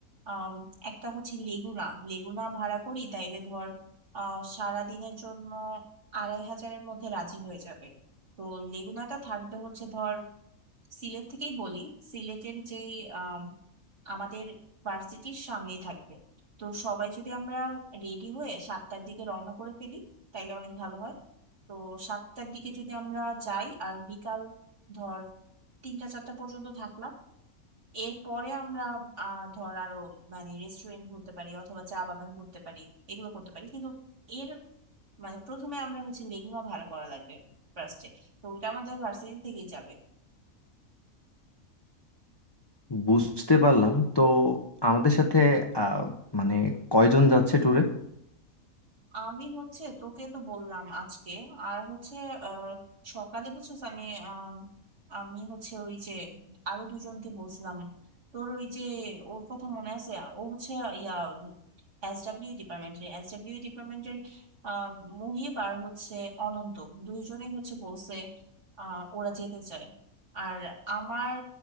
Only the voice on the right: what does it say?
আম, একটা হচ্ছে লেগুনা লেগুনা ভাড়া করি তাইলে ধর আহ সারাদিনের জন্য আড়াই হাজারের মধ্যে রাজি হয়ে যাবে তো লেগুনাটা থাকবে হচ্ছে ধর সিলেট থেকেই বলি সিলেটের যে আম, আমাদের ভার্সিটির সামনেই থাকবে তো সবাই যদি আমরা রেডি হয়ে সাতটার দিকে রওনা করে ফেলি তাইলে অনেক ভালো হয় তো সাতটার দিকে যদি আমরা যাই আর বিকাল ধর তিনটা চারটা পর্যন্ত থাকলাম এরপরে আমরা আহ ধর আরো মানে রেস্টুরেন্ট ঘুরতে পারি অথবা চা বাগান ঘুরতে পারি এগুলো করতে পারি কিন্তু এর মানে প্রথমে আমরা হচ্ছে লেগুনা ভাড়া করা লাগবে ফার্স্টে তো ওইটা আমাদের ভার্সিটি থেকেই যাবে
আমি হচ্ছে তোকে তো বললাম আজকে আর হচ্ছে আহ, সকালে বুঝছিস আমি আম, আমি হচ্ছে ওই যে আরো দুজনকে বলছিলাম তোর ওই যে ওর কথা মনে আছে ও হচ্ছে ইয়া এসডব্লিউ ডিপার্টমেন্টের এসডব্লিউ ডিপার্টমেন্টের মুহিব আর হচ্ছে অনন্ত দুইজনেই হচ্ছে বলছে আহ, ওরা যেতে চায় আর আমার